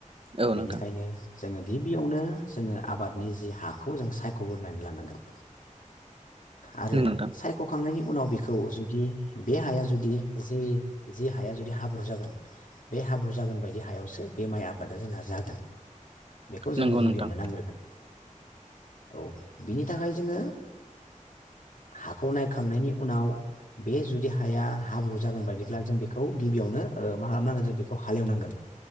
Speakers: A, on the right; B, on the left.
A: औ
B: बेनिखायनो
A: नोंथां
B: जोङो गिबियावनो जोङो आबादनि जि हाखौ जों सायख'ग्रोनानै लानांगोन आरो
A: नोंथां
B: सायख' नै उनाव बेखौ जुदि बे हाया जुदि जे जे हाया जुदि हाब्रु जागोन बे हाब्रु जागोन बायदि हायावसो बे माइ आबादा जोंहा जागोन बेखौ जोङो
A: नंगौ
B: गिबियावनो
A: नोंथां
B: नांग्रोगोन औ बिनि थाखाय जोङो हाखौनाय खांनायनि उनाव बे जुदि हाया हाब्रु जागोन बायदिब्ला जों बेखौ गिबियावनो ओ मा खालामनांगोन जों बेखौ हालेवनांगोन।